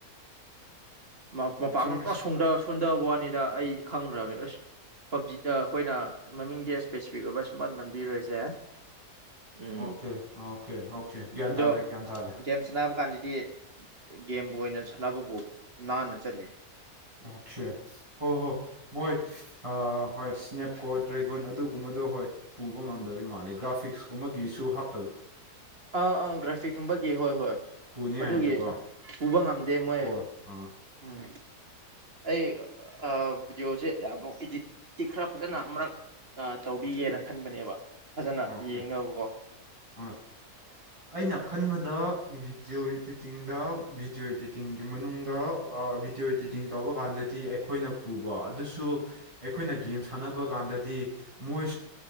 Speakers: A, on the right; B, on the right.
A: <unintelligible>
B: ꯃ ꯃꯄꯥꯡꯒꯟ
A: ꯆꯨꯝꯃꯦ
B: ꯄꯨꯔꯥ ꯁꯣꯡꯁ ꯁꯣꯟꯗꯕ ꯋꯥꯅꯤꯗ ꯑꯩꯗꯤ ꯈꯪꯈ꯭ꯔꯕꯅꯦ ꯑꯁ ꯄꯕꯖꯤꯁ ꯑꯩꯈꯣꯏꯅ ꯃꯃꯤꯡꯗꯤ ꯏꯁ꯭ꯄꯦꯁꯤꯐꯤꯛ ꯑꯣꯏꯕ ꯁꯨꯄꯟ ꯄꯟꯕꯤꯔꯣꯏꯁꯦ ꯎꯝ
A: ꯑꯣꯀꯦ ꯑꯣꯀꯦ ꯑꯣꯀꯦ ꯒ꯭ꯌꯥꯟ
B: ꯑꯗꯣ
A: ꯇꯥꯔꯦ ꯒ꯭ꯌꯥꯟ ꯇꯥꯔꯦ
B: ꯒꯦꯝꯁꯅꯕ ꯀꯥꯟꯖꯤ ꯗꯤ ꯒꯦꯝꯕꯨ ꯑꯣꯏꯅ ꯁꯥꯟꯅꯕꯕꯨ ꯅꯥꯟꯅ ꯆꯠꯂꯤ
A: ꯑꯣꯈꯦ ꯍꯣꯍꯣ ꯃꯣꯏ ꯑ ꯍꯣꯏ ꯁ꯭ꯅꯦꯞ ꯀꯣꯔꯠ ꯇ꯭ꯔꯦꯒꯨꯟ ꯑꯗꯨꯒꯨꯝꯕꯗꯣ ꯍꯣꯏ ꯄꯨꯕ ꯉꯝꯗꯕꯩꯒꯤ ꯃꯥ‌‍ꯜꯂꯦ ꯒ꯭ꯔꯥꯐꯤꯛꯁꯀꯨꯝꯕꯒꯤꯁꯨ ꯍꯞ
B: ꯑꯥ ꯑꯥ ꯒ꯭ꯔꯥꯐꯤꯛꯀꯨꯝꯕꯒꯤ ꯍꯣꯏ ꯍꯣꯏ
A: ꯄꯨꯅꯤꯡꯉꯥꯏꯗꯨꯀꯣ
B: ꯑꯗꯨꯒꯤ ꯎꯕ ꯉꯝꯗꯦ ꯃꯣꯏ
A: ꯀꯣ ꯑꯥ
B: ꯎꯝ ꯑꯩ ꯚꯤꯗꯤꯑꯣꯁꯦ ꯑꯃꯛ ꯏꯗꯤꯠꯇꯤ ꯈꯔ ꯐꯖꯅ ꯑꯃꯨꯔꯛ ꯇꯧꯕꯤ ꯍꯦꯅ ꯈꯟꯕꯅꯦꯕ ꯐꯖꯅ
A: ꯑꯣꯀꯦ
B: ꯌꯦꯡꯅꯕꯀꯣ
A: ꯑꯥ ꯑꯩꯅ ꯈꯟꯕꯗ ꯚꯤꯗꯤꯑꯣ ꯏꯗꯤꯇꯤꯡꯗ ꯚꯤꯗꯤꯑꯣ ꯏꯗꯤꯇꯤꯡꯒꯤ ꯃꯅꯨꯡꯗ ꯚꯤꯗꯤꯑꯣ ꯏꯗꯤꯇꯤꯡ ꯇꯧꯕ ꯀꯥꯟꯗꯗꯤ ꯑꯩꯈꯣꯏꯅ ꯄꯨꯕ ꯑꯗꯨꯁꯨ ꯑꯩꯈꯣꯏꯅ ꯒꯦꯝ ꯁꯥꯟꯅꯕ ꯀꯥꯟꯗ ꯗꯤ ꯃꯣꯏ